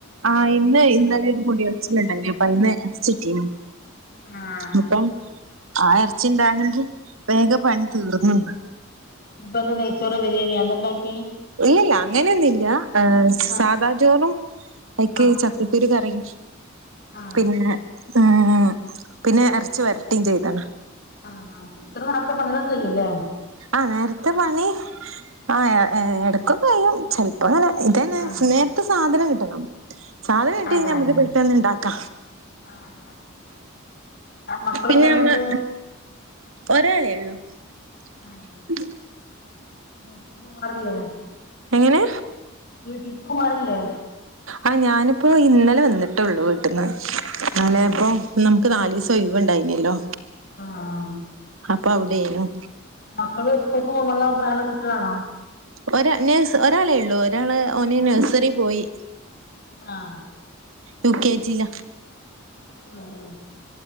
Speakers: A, on the right (about 70°); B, on the left (about 45°).
A: ആഹ ഇന്ന് ഇന്നലെ ഒരു മുടി കച്ചിലുണ്ടായിന് അപ്പൊ അയിന്ന് എറച്ചിട്ടി
B: ആഹ്
A: അപ്പം ആ എർച്ചി ഇണ്ടായോണ്ട് വേഗം പണി തീർന്നുന്ന്
B: ഇപ്പൊക്കെ നെയ്ച്ചോറ് ബിരിയാണിയോ എന്തണ്ടാക്കി
A: ഇല്ലല്ല അങ്ങനെയൊന്നുല്ല ഏ
B: ആഹ്
A: സാധാ ചോറും അയ്ക്ക്
B: ആഹ്
A: ച ഇത്തിരി കറി
B: ആഹ്
A: പിന്നെ ഉം ഉം ഉംപിന്നെ എർച്ച്‌ വരട്ടിം ചെയ്താണ്
B: അ ആഹ് ത്ര നേർത്ത പണികളൊക്കെ കയ്യൂല്ലേ?
A: ആഹ് നേരത്തെ പണി ആ എ എടക്കൊകയ്യും ചെൽ പ്പം തന്നെ ഇതന്നെ
B: ആഹ്
A: നേരത്ത സാധനം കിട്ടണം സാധന ഇട്ടി
B: അതെ
A: യ്‌ഞ്ഞാ മ്മക്ക്
B: അതെ
A: പെട്ടെന്ന് ണ്ടാക്ക
B: ആഹ് മക്കള്
A: പിന്ന
B: എത്രണ്ണണ്ട്
A: ഞമ്മ ഒരാളേള്ളു
B: <inaudible>
A: <unintelligible>
B: വീട്ടിൽക്ക് പോവാറില്ലേ
A: എങ്ങനേ?
B: വീട്ടിൽപ്പമാരുല്ലേ?
A: ആഹ് ഞാന്പ്പോ ഇന്നലെ വന്നിട്ടേള്ളു വീട്ടിന്ന് ന്നാലെപ്പോ
B: ആഹ്
A: നമുക്ക് നാലീസ തൊയ്‌വ്ണ്ടായിനല്ലോ
B: ആഹ്
A: പവ്ടേയ്നും
B: മക്കള് സ്കൂക്ക് <unintelligible> പ്രായള്ള കുട്ട്യളാണോ?
A: ഒരാ നേഴ്സ് ഒരാളേള്ളു ഒരാള് ഓന് നഴ്സറീ പോയി
B: ആഹ്
A: യുകെ ജീല
B: ഊം